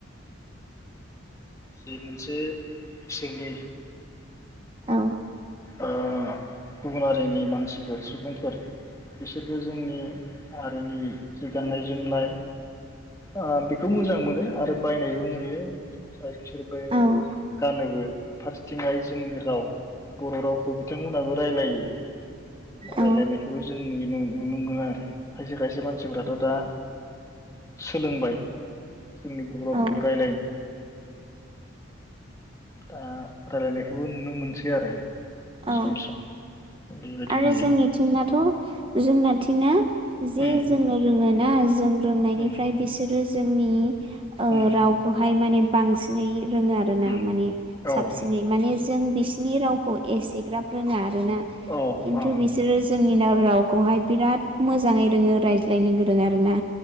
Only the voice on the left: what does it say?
जि मोनसे बिसोरनि
ओ गुबुन हारिनि मानसिफोर सुबुंफोर बिसोरबो जोंनि हारिनि जि गाननाय जोमनाय आ बेखौ मोजां मोनो आरो बायनायबो नुयो बिसोर बे
गानोबो। फारसेथिहाय जोंनि राव बर' रावखौ बिथांमोनाबो राय्लायो।
रायलायनायखौबो जों नुयो नुनो मोनगोन आरो खायसे खायसे मानसिफ्राथ' दा सोलोंबाय जोंनि बर'खौबो
रायलायनो दा रायलायनाय खौबो नुनो मोनसै आरो
सम सम बेबायदि
नुयो
उम
उम
उम
उम
औ
औ
अ